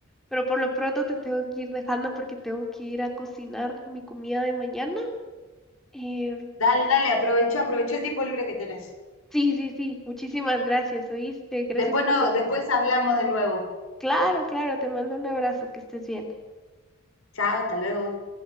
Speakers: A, in the centre; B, on the left.
A: pero por lo pronto te tengo que ir dejando porque tengo que ir a cocinar mi comida de mañana. Eh,
B: Dale, dale, aprovecha, aprovecha el tiempo libre que tenés.
A: sí, sí, sí. Muchísimas gracias, ¿oíste? Gracias
B: Después
A: por
B: no,
A: tu tiempo.
B: después hablamos de nuevo.
A: Claro, claro, te mando un abrazo, que estés bien.
B: Chao, hasta luego.